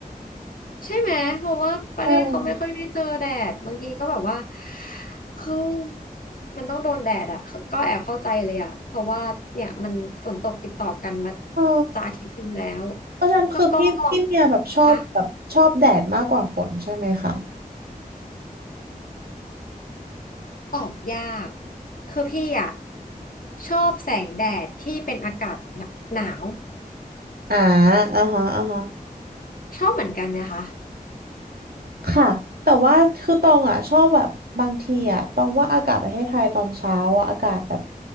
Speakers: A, on the left; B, on the right.
A: ใช่ไหมเพราะว่าประเทศเขาไม่ค่อยได้เจอแดดบางทีก็แบบว่า
B: ใช่
A: เฮ้ยมันต้องโดนแดดอ่ะก็แอบเข้าใจเลยอ่ะเพราะว่าเนี่ยมันฝนตกติดต่อกันมา
B: เออ
A: จะอาทิตย์หนึงแล้ว
B: เพราะฉะนั้นคือพี่พี่เมียแบบชอบแบบชอบแดดมากกว่าฝนใช่ไหมคะ
A: แล้วก็คะตอบยากคือพี่อ่ะชอบแสงแดดที่เป็นอากาศหนหนาว
B: อ่าอ่าฮะอ่าฮะ
A: ชอบเหมือนกันไหมคะ
B: ค่ะแต่ว่าคือตองอ่ะชอบแบบบางทีอ่ะตองว่าอากาศประเทศไทยตอนเช้าอ่ะอากาศแบบ